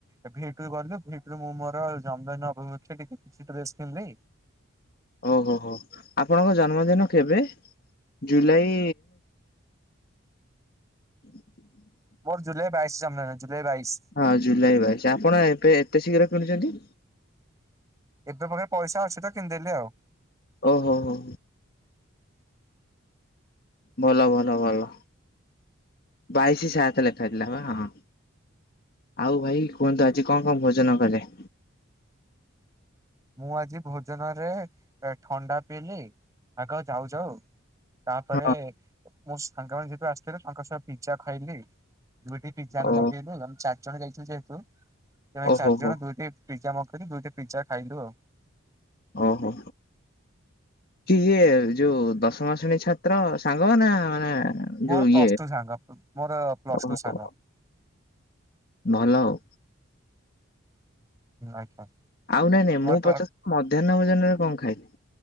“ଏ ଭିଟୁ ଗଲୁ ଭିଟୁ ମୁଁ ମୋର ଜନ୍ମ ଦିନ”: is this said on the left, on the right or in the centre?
Right